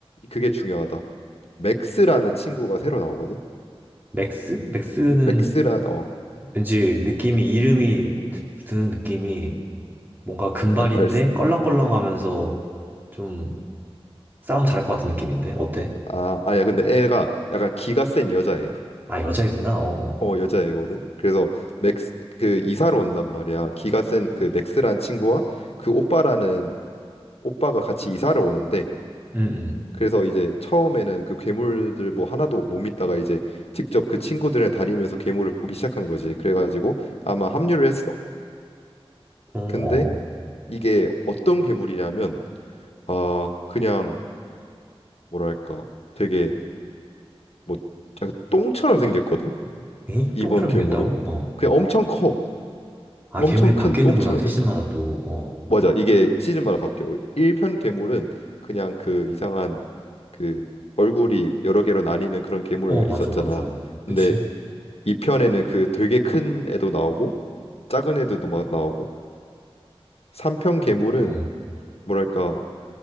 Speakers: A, on the left; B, on the right.
A: 그게 중요하다. 맥스라는 친구가 새로 나오거든.
B: 맥스? 맥스는
A: 맥스란 어뭐
B: 왠지 느낌이, 이름이 드는 느낌이 뭔가 금발인데
A: 말스
B: 껄렁껄렁하면서 좀 싸움 잘할 것 같은 느낌인데? 어때?
A: 아 아니야 근데 애가 약간 기가 센 여자애야.
B: 아, 여자이구나? 어어.
A: 어, 여자애거든. 그래서 맥스 그 이사를 온단 말이야. 기가 센 그 맥스란 친구와 그 오빠라는 오빠가 같이 이사를 오는데
B: 응,
A: 그래서 이제 처음에는 그 괴물들 뭐 하나도 못 믿다가 이제 직접 그 친구들이랑 다니면서 괴물을 보기 시작한 거지. 그래가지고 아마 합류를 했어.
B: 응.
A: 근데
B: 어어
A: 이게 어떤 괴물이냐면 아 그냥 뭐랄까 되게 뭐 약간 똥처럼 생겼거든.
B: 에이?
A: 이번
B: 똥처럼
A: 괴물은
B: 생겼다고? 어.
A: 그냥 엄청 커.
B: 아,
A: 엄청
B: 괴물이
A: 큰
B: 바뀌는구나,
A: 똥처럼
B: 티슈마다
A: 생겨
B: 또. 어.
A: 맞아. 이게 시즌마다 바뀌어요. 1편 괴물은 그냥 그 이상한 그 얼굴이 여러 개로 나뉘는 그런 괴물
B: 어, 맞아,
A: 있었잖아.
B: 맞아.
A: 근데
B: 그치?
A: 2편에는 그 되게 큰 애도 나오고 작은 애들도 막 나오고 3편 괴물은
B: 어.
A: 뭐랄까